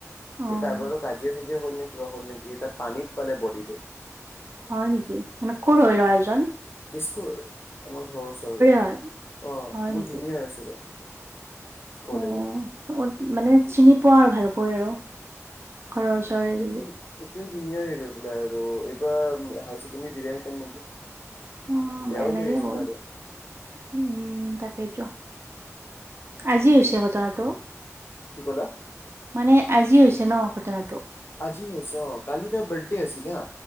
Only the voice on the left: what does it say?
এই কাৰবাৰ লগত কাজিয়া চাজিয়া হ'ল নেকি কিবা হ'ল নেকি তাৰ পানীত পালে বডিটো।
উম
তেজপুৰ আমাৰ ঘৰৰ ওচৰৰে অঁ
মোৰ
জুনিয়াৰ আছিলে। কলেজৰ।
এতিয়াও জুনিয়েৰ গৈ পেলাই আৰু এইবাৰ হাই ছেকেণ্ডাৰী দিলে হেঁতেন নেকি।
বেয়াও
লাগিছে
তালে।
কি ক'লা?
আজি হৈছে অঁ, কালি তাৰ বাৰ্থডে আছিল হা